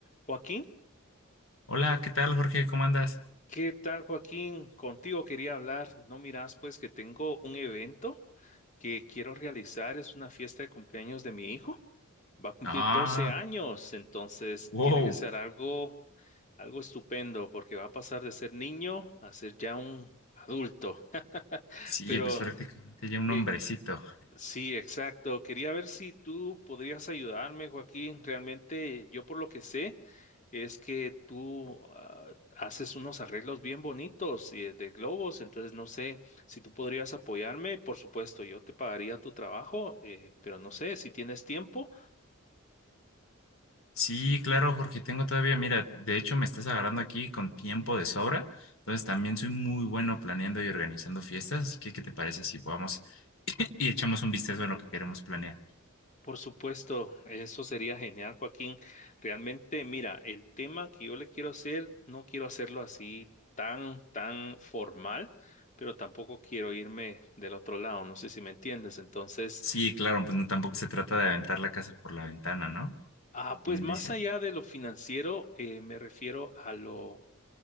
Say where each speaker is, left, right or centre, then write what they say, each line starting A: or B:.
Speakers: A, on the left; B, on the left.
A: Joaquín,
B: Hola, ¿qué tal, Jorge? ¿Cómo andas?
A: ¿qué tal, Joaquín? Contigo quería hablar. No miras, pues que tengo un evento que quiero realizar. Es una fiesta de cumpleaños de mi hijo. Va a cumplir
B: Ah,
A: 12 años, entonces
B: wow.
A: tiene que ser algo, algo estupendo porque va a pasar de ser niño a ser ya un adulto. <laughs>
B: Sí,
A: Pero
B: pues prácticamente ya un
A: eh,
B: hombrecito.
A: sí, exacto. Quería ver si tú podrías ayudarme, Joaquín. Realmente yo por lo que sé. es que tú ah, haces unos arreglos bien bonitos eh, de globos, entonces no sé si tú podrías apoyarme, por supuesto, yo te pagaría tu trabajo, eh, pero no sé si tienes tiempo,
B: Sí, claro, Jorge, tengo todavía, mira, de hecho me estás agarrando aquí con tiempo de sobra, entonces también soy muy bueno planeando y organizando fiestas, así que ¿qué te parece si vamos <laughs> <clears throat> y echamos un vistazo a lo que queremos planear?
A: por supuesto, eso sería genial, Joaquín. Realmente, mira, el tema que yo le quiero hacer, no quiero hacerlo así tan, tan formal. pero tampoco quiero irme del otro lado, no sé si me entiendes. Entonces,
B: Sí, claro, pues no tampoco se trata de aventar la casa por la ventana, ¿no?
A: ah,
B: Como
A: pues
B: bien
A: más
B: dice.
A: allá de lo financiero, eh, me refiero a lo